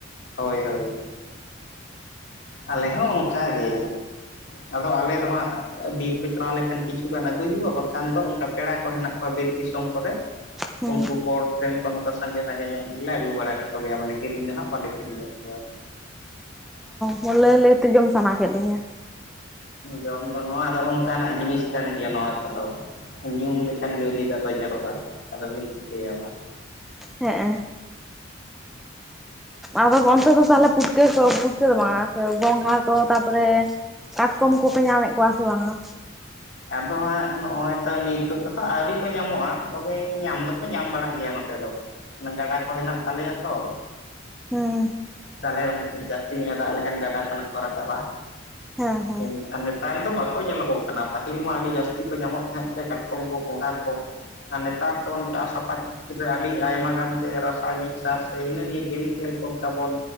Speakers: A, on the left; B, in the centre.
A: ᱦᱳᱭ ᱦᱳᱭ ᱟᱞᱮ ᱦᱚᱸ ᱚᱱᱠᱟᱜᱮ ᱟᱫᱚ ᱟᱞᱮ ᱫᱚ ᱦᱟᱸᱜ ᱵᱤᱨ ᱠᱚ ᱪᱟᱞᱟᱣ ᱞᱮᱠᱷᱟᱱ ᱠᱤᱪᱷᱩᱜᱟᱱ ᱟᱹᱜᱩᱭ ᱦᱩᱭᱩᱜᱼᱟ ᱵᱟᱠᱷᱟᱱ ᱫᱚ ᱚᱱᱠᱟ ᱯᱮᱲᱟ ᱠᱚ ᱦᱮᱱᱟᱜ ᱵᱤᱨ ᱫᱤᱥᱚᱢ ᱠᱚᱨᱮ
B: ᱦᱮᱸ
A: ᱩᱱᱠᱩ ᱦᱚᱲ ᱴᱷᱮᱱ ᱠᱷᱚᱱ ᱱᱚᱝᱠᱟ ᱥᱟᱸᱜᱮ ᱥᱟᱸᱜᱮ ᱧᱚᱜ ᱜᱮᱞᱮ ᱟᱹᱜᱩ ᱵᱟᱲᱟ ᱠᱟᱠᱚ ᱜᱮᱭᱟ ᱢᱟᱱᱮ ᱠᱤᱨᱤᱧ ᱫᱚ ᱦᱟᱸᱜ ᱵᱟᱞᱮ ᱠᱤᱨᱤᱧᱮᱫ ᱠᱚᱣᱟ᱾
B: ᱦᱚᱸ ᱞᱟᱹᱭ ᱞᱟᱹᱭ ᱛᱮ ᱡᱚᱢ ᱥᱟᱱᱟ ᱠᱮᱫ ᱞᱤᱧᱟᱹ᱾
A: ᱡᱚᱢ ᱫᱚ ᱱᱚᱣᱟ ᱫᱚ ᱚᱱᱠᱟᱱᱟᱜ ᱡᱤᱱᱤᱥ ᱠᱟᱱ ᱜᱮᱭᱟ ᱱᱚᱣᱟ ᱠᱚᱫᱚ ᱧᱩᱢ ᱞᱮᱠᱷᱟᱱ ᱜᱮ ᱩᱞᱤ ᱫᱟᱜ ᱫᱚ ᱡᱚᱨᱚᱜᱼᱟ ᱟᱫᱚ ᱵᱤᱱ ᱪᱤᱠᱟᱹᱭᱟ ᱢᱟ᱾
B: ᱦᱮᱸᱜ ᱮᱸ ᱟᱫᱚ ᱚᱱᱛᱮ ᱫᱚ ᱛᱟᱦᱚᱞᱮ ᱯᱩᱴᱠᱟᱹ ᱠᱚ ᱯᱩᱴᱠᱟᱹ ᱫᱚ ᱵᱟᱝ ᱟ ᱜᱚᱸᱜᱷᱟ ᱠᱚ ᱛᱟᱯᱚᱨᱮ᱾ ᱠᱟᱴᱠᱚᱢ ᱠᱚᱯᱮ ᱧᱟᱢᱮ ᱠᱚᱣᱟ ᱥᱮ ᱵᱟᱝᱟ᱾
A: ᱟᱫᱚ ᱦᱟᱸᱜ ᱱᱚᱜᱼᱚᱭ ᱛᱚ ᱱᱤᱛᱚᱜ ᱫᱚ ᱦᱟᱸᱜ ᱟᱹᱣᱨᱤ ᱠᱚ ᱧᱟᱢᱚᱜᱼᱟ ᱛᱚᱵᱮ ᱧᱟᱢ ᱫᱚᱠᱚ ᱧᱟᱢ ᱵᱟᱲᱟᱜ ᱜᱮᱭᱟ ᱱᱚᱛᱮ ᱫᱚ᱾ ᱜᱟᱰᱟ ᱠᱚ ᱦᱮᱱᱟᱜ ᱛᱟᱞᱮᱭᱟ ᱛᱚ
B: ᱦᱮᱸ
A: ᱛᱟᱦᱞᱮ ᱡᱟᱹᱥᱛᱤ ᱧᱚᱜᱼᱮ ᱫᱟᱜ ᱞᱮᱠᱷᱟᱱ ᱜᱟᱰᱟ ᱠᱷᱚᱱᱟᱜ ᱠᱚ ᱨᱟᱠᱟᱵ-ᱟ
B: ᱦᱮᱸ ᱦᱮᱸ
A: ᱤᱧ <inaudible> ᱟᱨ ᱱ - ᱱᱮᱛᱟᱨ ᱫᱚ ᱵᱟᱠᱚ ᱧᱮᱞᱚᱜᱚᱜ ᱠᱟᱱᱟ ᱯᱟᱹᱦᱤᱞ ᱢᱟ ᱟᱹᱰᱤ ᱡᱟᱹᱥᱛᱤ ᱠᱚ ᱧᱟᱢᱚᱜ ᱛᱟᱦᱮᱸ ᱠᱟᱴᱠᱚᱢ ᱠᱚ ᱜᱚᱸᱜᱷᱟ ᱠᱚ ᱟᱨ ᱱᱮᱛᱟᱨ ᱛᱚ ᱚᱱᱠᱟ ᱥᱟᱯᱟᱴᱷ ᱟᱹᱰᱤ ᱟᱭᱢᱟ ᱜᱟᱱ ᱜᱮ ᱨᱟᱥᱟᱭᱱᱤᱠ ᱥᱟᱨ ᱥᱮ ᱦᱤᱱᱟᱹ ᱱᱤᱭᱟᱹ ᱠᱮᱢᱤᱠᱮᱞ ᱠᱚ ᱛᱟᱵᱚᱱ